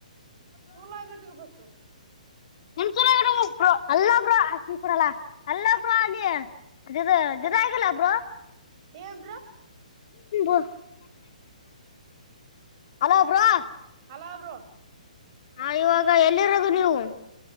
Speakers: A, on the right (about 40°); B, on the left (about 50°).
A: ಮೂ ಲಾಗೆ ತಗ ಬ ಹ
B: ನಿಮ ಚೆನ್ನಾಗಿ ಅಲ್ಲೊಬ್ರುಡಲ್ಲ ಅಲ್ಲೊಬ್ರು ಅದೇ ಅದದ. ಇದದ ಆಗಿಲ್ಲ ಬ್ರ.
A: ಏನ್ರ.
B: ು ಹಲೋ ಬಾ.
A: ಹಲ ಬ್ರೋ.
B: ಹ ಇವಾಗ ಎಲ್ಲಿರೋದು ನೀವು.